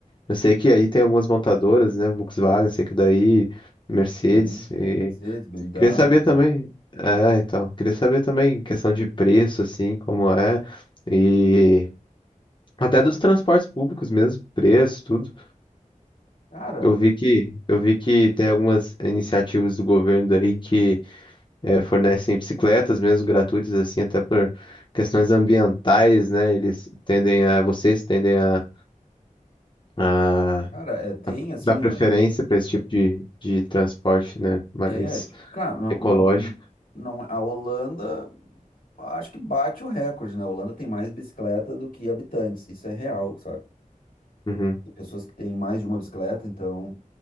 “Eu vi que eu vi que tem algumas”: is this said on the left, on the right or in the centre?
Left